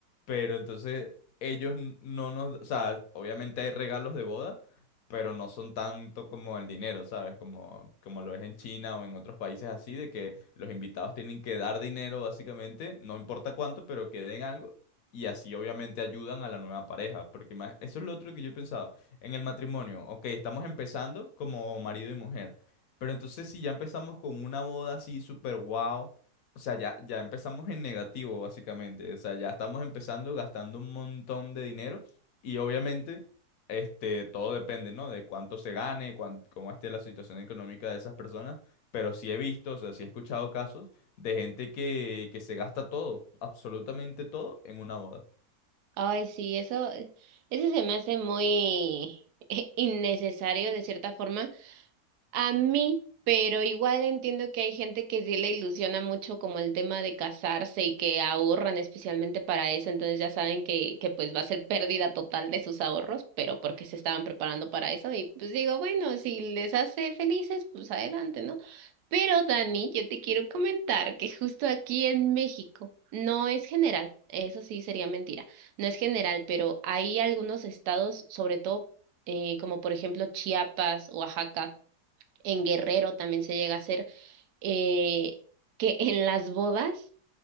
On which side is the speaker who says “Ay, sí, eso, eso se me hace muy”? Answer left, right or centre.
Right